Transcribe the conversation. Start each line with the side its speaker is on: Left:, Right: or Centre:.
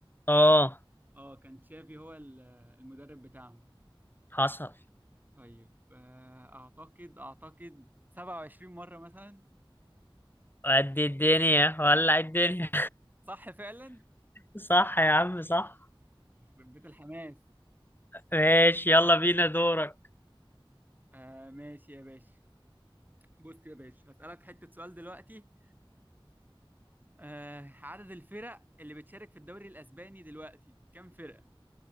Left: آه
Right: اه كان تشافي هو ال- المدرب بتاعهم
Left: حصل
Right: طيب آه أعتقد أعتقد 27 مرة مثلا
Left: قد الدنيا ولع الدنيا
Right: صح فعلا؟
Left: صح يا عم صح
Right: يخرب بيت الحماس
Left: ماشي يلا بينا دورك
Right: آه ماشي يا باشا بص يا باشا هسألك حتة سؤال دلوقتي آه عدد الفرق اللي بتشارك في الدوري الأسباني دلوقتي كام فرقة؟